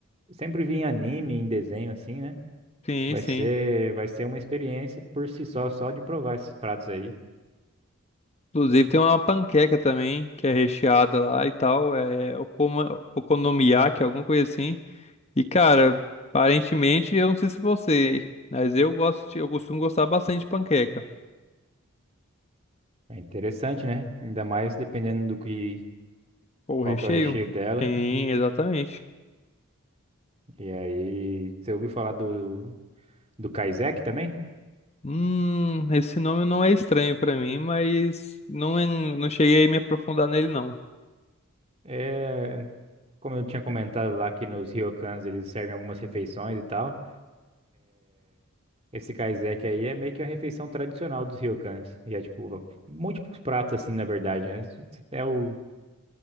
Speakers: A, on the right; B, on the left.
A: eu sempre vi em anime, em desenho assim, né?
B: sim,
A: Vai
B: sim.
A: ser, vai ser uma experiência por si só, só de provar esses pratos aí.
B: Inclusive tem uma panqueca também, que é recheada lá e tal. É okoma- okonomiyaki, alguma coisa assim. E cara, aparentemente, eu não sei se você, mas eu gosto de, eu costumo gostar bastante de panqueca.
A: É interessante, né? Ainda mais dependendo do que,
B: Ou
A: qual
B: recheio?
A: que é o recheio dela.
B: Sim, exatamente.
A: E aí, você ouviu falar do, do Kaisek também?
B: Hum, esse nome não é estranho pra mim, mas não, é- não cheguei a me aprofundar nele não.
A: É, Como eu tinha comentado lá que nos ryokans eles servem algumas refeições e tal, esse kaiseki aí é meio que a refeição tradicional dos ryokans. E é tipo múltiplos pratos assim, na verdade, né? É o